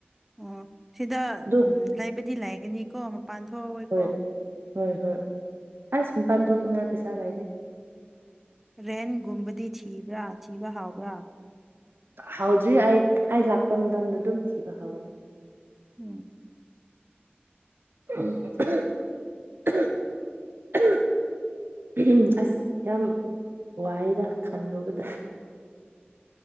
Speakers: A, in the centre; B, on the right (about 65°).
A: ꯑꯣ ꯁꯤꯗ
B: ꯑꯗꯨ
A: ꯎ ꯂꯩꯕꯗꯤ ꯂꯩꯥꯏꯒꯅꯤꯀꯣ ꯃꯄꯥꯟ ꯊꯣꯛꯑꯣꯣꯏꯀꯣ
B: ꯍꯣꯏ ꯍꯣꯏ ꯍꯣꯏ ꯑꯁꯄꯥꯟꯊꯣꯛꯅꯤꯡꯉꯥꯏ ꯄꯩꯁꯥ ꯂꯩꯔꯦ
A: ꯔꯦꯟꯒꯨꯝꯕꯗꯤ ꯊꯤꯕ꯭ꯔꯥ ꯊꯤꯕ ꯍꯥꯎꯕ꯭ꯔꯥ
B: ꯍꯥꯎꯗ꯭ꯔꯤ ꯑꯩ ꯑꯩ ꯂꯥꯛꯄ ꯃꯇꯝꯗ ꯑꯗꯨꯝ ꯊꯤꯕ ꯍꯧꯒꯅꯤ
A: ꯎꯝ
B: <unintelligible> ꯑꯁ ꯌꯥꯝ ꯋꯥꯏꯗ ꯈꯟꯂꯨꯕ ꯇꯥꯏꯦ